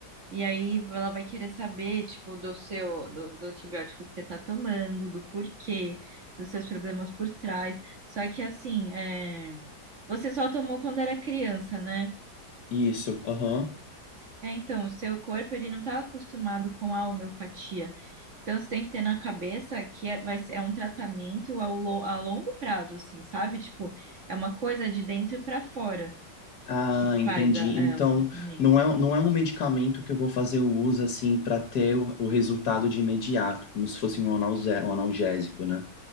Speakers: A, on the right (about 45°); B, on the left (about 65°).
A: E aí ela vai querer saber, tipo, do seu, do, do antibiótico que você tá tomando, do porquê, dos seus problemas por trás. Só que, assim, é, você só tomou quando era criança, né?
B: Isso. Aham.
A: É, então, o seu corpo, ele não tá acostumado com a homeopatia. Então, você tem que ter na cabeça que é, vai ser, é um tratamento ao, lo- a longo prazo, assim, sabe? Tipo, é uma coisa de dentro pra fora.
B: Ah,
A: que
B: entendi.
A: faz a- é,
B: Então,
A: o tratamento.
B: não é, não é um medicamento que eu vou fazer o uso assim para ter o, o resultado de imediato, como se fosse um analgé- um analgésico, né?